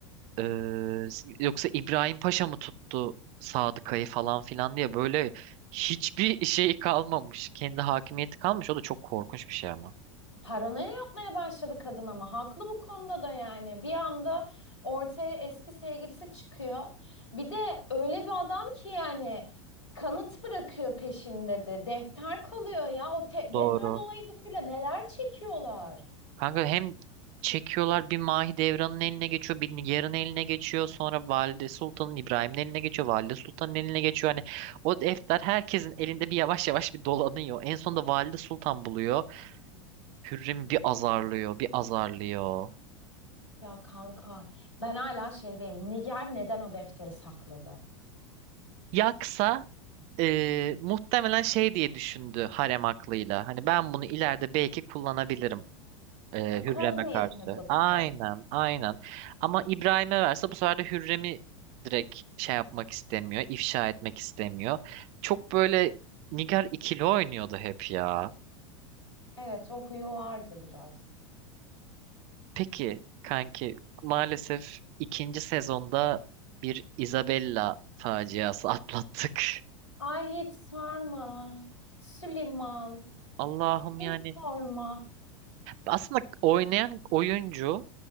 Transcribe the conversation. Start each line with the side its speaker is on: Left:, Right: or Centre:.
Right: e, s- yoksa İbrahim Paşa mı tuttu Sadıkayı falan filan diye böyle hiçbir şey kalmamış. Kendi hakimiyeti kalmış. O da çok korkunç bir şey ama.
Left: Paranoya yapmaya başladı kadın ama haklı bu konuda da yani. Bir anda ortaya eski sevgilisi çıkıyor. Bir de öyle bir adam ki yani kanıt bırakıyor peşinde de. Defter kalıyor ya. O te-
Right: Doğru.
Left: defter dolayısıyla neler çekiyorlar.
Right: Kanka hem çekiyorlar bir Mahidevran'ın eline geçiyor, bir Nigar'ın eline geçiyor. Sonra Valide Sultan'ın İbrahim'in eline geçiyor. Valide Sultan'ın eline geçiyor. Hani o defter herkesin elinde bir yavaş yavaş bir dolanıyor. En sonunda Valide Sultan buluyor. Hürrem'i bir azarlıyor, bir azarlıyor.
Left: Ya kanka ben hala şeydeyim. Niger neden o defteri sakladı?
Right: Yaksa eee, muhtemelen şey diye düşündü harem aklıyla. Hani ben bunu ileride belki kullanabilirim. Ee, Hürrem'e
Left: Koz niyetine
Right: karşı.
Left: tuttu.
Right: Aynen, aynen. Ama İbrahim'e verse bu sefer de Hürrem'i direkt şey yapmak istemiyor, ifşa etmek istemiyor. Çok böyle Nigar ikili oynuyordu hep ya.
Left: Evet o huyu vardı biraz.
Right: Peki kanki maalesef ikinci sezonda bir Isabella faciası <laughs> atlattık.
Left: Ay hiç sorma. Süleyman
Right: Allah'ım
Left: hiç
Right: yani.
Left: sorma.
Right: Aslında oynayan oyuncu